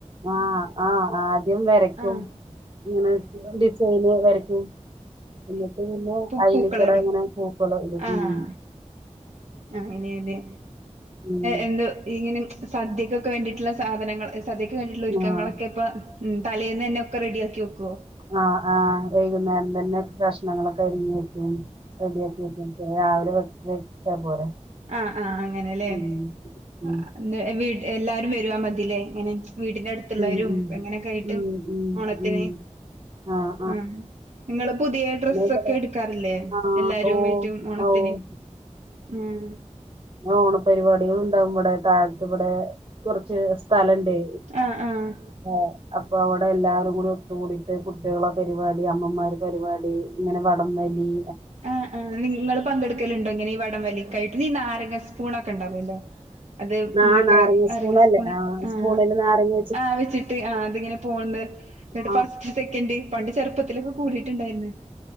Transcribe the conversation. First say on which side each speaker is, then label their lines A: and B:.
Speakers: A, on the right; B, on the right.
A: ആ ആഹ ആദ്യം വറെ
B: ആഹ
A: അങ്ങനെ ഡിസൈന് വരക്കും എന്നിട്ട് പിന്നെ
B: പൂ
A: അയിനക്കട
B: പൂക്കളിടും
A: ഇങ്ങനെ പൂക്കള ഇള്ള
B: ആഹ്
A: ഉ
B: അങ്ങനെയല്ലേ
A: ഉം
B: എന്തോ ഇങ്ങനെ സദ്യക്കൊക്കെ വേണ്ടിട്ടുള്ള സാധനങ്ങൾ ധക്ക് വേണ്ടിട്ടുള്ള
A: ഉം
B: ഒരുക്കങ്ങളൊക്കെ
A: ആഹ്
B: ഇപ്പൊ ഉം തലേൽന്ന് തന്നെ ഒക്കെ റെഡിയാക്കി വെക്കുവോ
A: ആഹ ആ വൈകുന്നേരം തന്നെ കഷ്ണങ്ങളൊക്കെരിഞ്ഞ് വെക്കും റെഡിയാക്കി വെക്കും രാവിലെ വെ വെച്ചാ പോരെ
B: ആഹ ആഹ് അങ്ങനെല്ലേീട്
A: ഉം ഉം
B: എല്ലാരും വരുവാ മതില്ലേ എങ്ങനെ വീടിന്റെ അടുത്തുള്ളവരും
A: ഉം ഉം
B: ഇപ്പ എങ്ങനെയൊക്കെ ആയിട്ട്
A: ഉം ഉം
B: ഓണത്തിന്
A: ഉം ആഹ്
B: ആഹ നിങ്ങള പുതിയ
A: ആഹ്
B: ഡ്രസ് ഒക്കെ എടുക്കാറില്ലേ
A: ആഹ്
B: എല്ലാരുംമായിറ്റും
A: ഓഹ്
B: ഓണത്തിന്
A: ഓഹ്
B: ഉം
A: ഓണപരിപാടികൾ ഉണ്ടാവും ഇവിടെ താഴത്ത് ഇവിടെ കുറച്ച് സ്ഥലംു
B: ആഹ് ആഹ്
A: ആ അപ്പ അവിടെ എല്ലാവാരും കൂടി ഒത്തുക കൂടിയിട്ട് കുട്ടികളെ പരിപാടി അമ്മമാർ പരിപാടി ഇങ്ങനെ വടംവലി
B: ആഹ് ആഹ് നിങ്ങള് പങ്കെടുക്കലുണ്ടോ ഇങ്ങനെ ഈ വടം വലിക്കായിട്ട് നീ നാര സ്പൂൺ ഒക്കെ ഉണ്ടാവുമല്ലോ അത്
A: ആ നാരങ്ങ സ്പൂണല്ലേ
B: അര സ്പൂണ് ആ
A: സ്പൂണില് നാരങ്ങ
B: ആ വെച്ചിട്ട് അനെ പോന്ന് എന്നിട്ട്
A: ആ
B: ഫസ്റ്റ് സെക്കൻ് പണ്ട് ചെറുപ്പത്തിലൊക്കെ കൂടിട്ടുണ്ടായിന്ന്